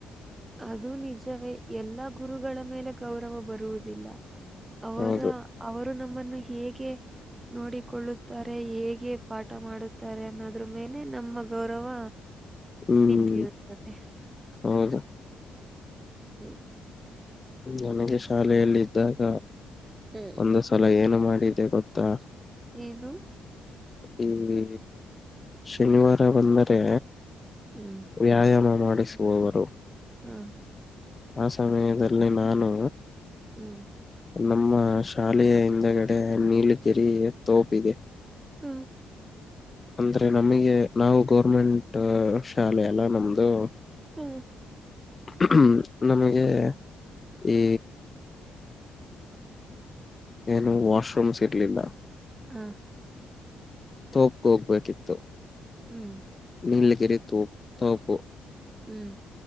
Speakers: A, on the right; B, on the left.
A: ಅದುೂ ನಿಜವೇ ಎಲ್ಲ ಗುರುಗಳ ಮೇಲೆ ಗೌರವ ಬರುವುದಿಲ್ಲ ಅವರ
B: ಹೌದು
A: ಅವರು ನಮ್ಮನ್ನು ಹೇಗೆ ನೋಡಿಕೊಳ್ಳುತ್ತಾರೆ ಹೇಗೆ ಪಾಠ ಮಾಡುತ್ತಾರೆ ಅನ್ನೋದ್ರ ಮೇಲೆ ನಮ್ಮ ಗೌರವ
B: ಹ್ಮ್
A: ನಿಂತಿರುತ್ತದೆ
B: ಹೌದು
A: ಹ್ಮ್
B: ನನಗೆ ಶಾಲೆಯಲ್ಲಿ ಇದ್ದಾಗ
A: ಹ್ಮ್
B: ಒಂದು ಸಲ ಏನು ಮಾಡಿದ್ದ ಗೊತ್ತಾ
A: ಏದು
B: ಈ ಶನಿವಾರ ಬಂದರೆ
A: ಹ್ಮ್
B: ವ್ಯಾಯಾಮ ಮಾಡಿಸುವವರು
A: ಹ್ಮ್
B: ಆ ಸಮಯದಲ್ಲಿ ನಾನು
A: ಹ್ಮ್
B: ನಮ್ಮ ಶಾಲೆಯ ಹಿಂದಗಡೆ ನೀಲ ಗೆರಿ ತೋಪ್ ಇದೆ
A: ಹ್ಮ್
B: ಅಂದ್ರೆ ನಮಗೆ ನಾವು ಗೌರ್ಮೆಂಟ ಶಾಲೆ ಅಲ್ಲ ನಮ್ದು
A: ಹ್ಮ್
B: ಹ್ಮ ನಮಗೆ ಈ ಏನು ವಾಷ್ರೂಮ್ಸ್ ಇರ್ಲಿಲ್ಲ
A: ಹಾ
B: ತೋಪ ಹೋಗ್ಬೇಕಿತ್ತು
A: ಹ್ಮ್
B: ನೀಲ್ ಗೆರೆ ತೋ ತೋಪು
A: ಹ್ಮ್